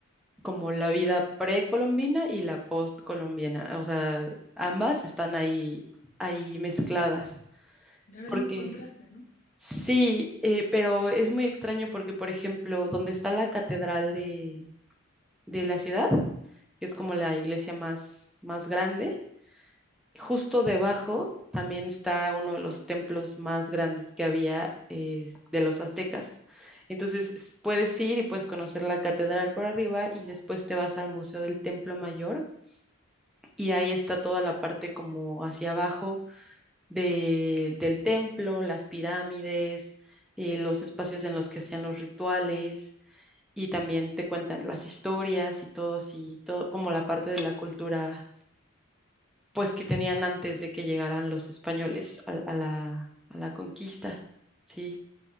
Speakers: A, in the centre; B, on the left (about 40°).
A: como la vida precolombina y la postcolombiana, o sea, ambas están ahí, ahí mezcladas,
B: Ahora
A: porque
B: hay un contraste, ¿no?
A: sí, eh, pero es muy extraño porque, por ejemplo, donde está la catedral de, de la ciudad, que es como la iglesia más, más grande, justo debajo también está uno de los templos más grandes que había eh, de los aztecas. Entonces s- puedes ir y puedes conocer la catedral por arriba y después te vas al Museo del Templo Mayor, y ahí está toda la parte como hacia abajo del del templo, las pirámides, eh, los espacios en los que hacían los rituales y también te cuentan las historias y todo así, todo como la parte de la cultura pues que tenían antes de que llegaran los españoles a, a la, a la conquista, ¿sí?